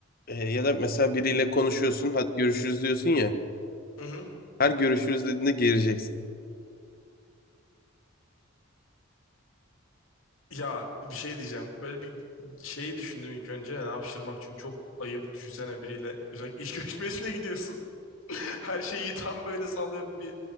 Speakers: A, on the left; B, on the left.
A: Ee, ya da mesela biriyle konuşuyorsun, hadi görüşürüz diyorsun ya.
B: hı hı.
A: Her görüşürüz dediğinde geleceksin.
B: Ya bir şey diyeceğim. Böyle bir şeyi düşündüm ilk önce. Yani hapşırmak çünkü çok ayıp. Düşünsene biriyle özellikle iş görüşmesine gidiyorsun. <laughs> Her şeyi tam böyle sallıyorum bir